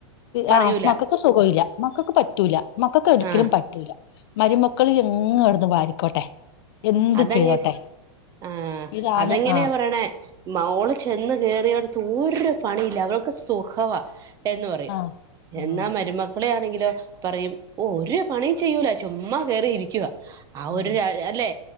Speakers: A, on the right; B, on the left.
A: പറയൂല
B: ആ മക്ക മക്കൾക്ക് സുഖല്ല മക്കൾക്ക് പറ്റൂല മക്കൾക്ക് ഒരിക്കലും
A: ആഹ്
B: പറ്റൂല മരുമക്കൾ എങ്ങങ് ഇടുന്ന് വാരിക്കോട്ടെ എന്ത്
A: അതെങ്ങെ
B: ചെയ്തോട്ടെ
A: ആഹ
B: ഇതാണ്
A: അതെങ്ങനെയാ
B: ആ
A: പറയണ മോള് ചെന്ന് കയറിയടുത്ത് ഒരു പണിയില്ല അവൾക്ക് സുഖവാ എന്ന് പറയും
B: ആ
A: എന്നാ
B: ആ
A: മരുമ ളെ ണെങ്കിലോ പറയും ഓ ഒരു പണിയ ചെയ്യൂല ചുമ്മ കേറി ഇരിക്കവാ ആ
B: ഉം
A: ഒരു ല്ലേ